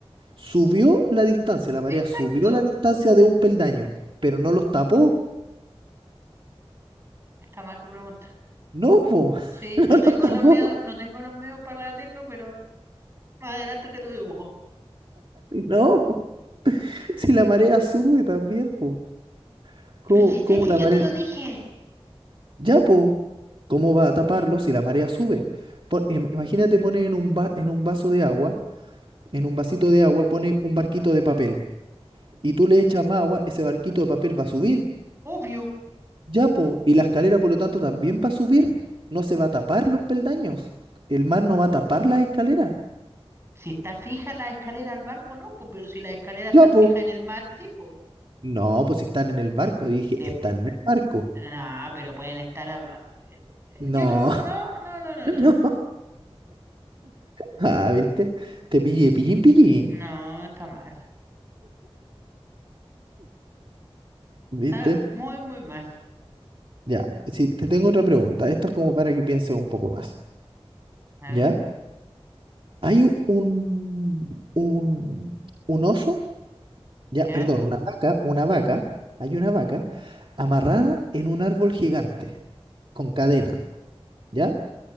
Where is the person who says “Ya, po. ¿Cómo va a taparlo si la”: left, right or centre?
Right